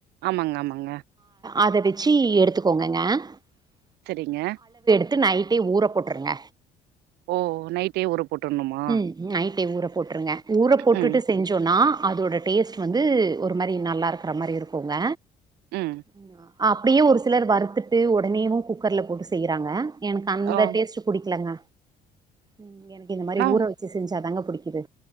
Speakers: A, on the right; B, on the right.
A: ஆமாங்க ஆமாங்க
B: அத வச்சு எடுத்துக்கோங்கங்க அ
A: சரிங்க
B: த்து நைட்டே ஊற போட்டுருங்க
A: ஓ நைட்டே ஊற போட்டுணுமா
B: உம் நைட்டே ஊற போட்ருங்க ஊற போட்டுட்டு
A: ம்
B: செஞ்சோம்ன்னா அதோட டேஸ்ட் வந்து ஒரு மரி நல்லாருக் ரமாரி இருக்குங்க
A: ம்
B: என்னா அப்டியே ஒரு சிலர் வறுத்துட்டு உடனேுவு குக்கர்ல போட்டு செய்றாங்க எனக்கு அந்த
A: ஓ
B: டேஸ்ட் புடிக்கலங்க ம் எனக்கு இந்த மாரி
A: நா
B: ஊற வச்சு செஞ்சாதாங்க புடிக்குது